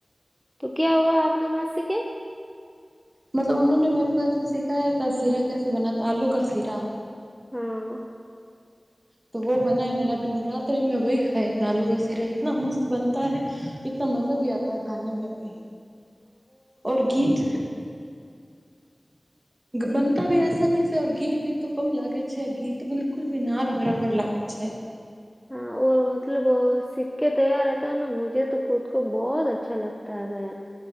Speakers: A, in the centre; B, on the right (about 30°).
A: તો ક્યા હૂઆ આપગ મોસી કે.
B: મતલબ ને મેરે કો એસે સીખાયા ત સીરા કેસે બનાતા આલુ કે સીરા
A: હા.
B: તો વ બના મે અ નવરાત્રીમે વહી ખાયા થા આલુ કા સીરા ઇતના મસ્ત બનતા હે. ઇતના મજા ભી આતા હે, ખાને મે ભી ઓર ગીત બનતા ભી આસની છેર ઘી ભી તો કમ લાગે છે ગીત બિલકુલ ભી નાર બરાબર લાગે છે.
A: હા ઓ મતલબ કે તૈયાર રહેતા મુજે તો ખુદ કો બહુત અચ્છા લગતા હૈ વે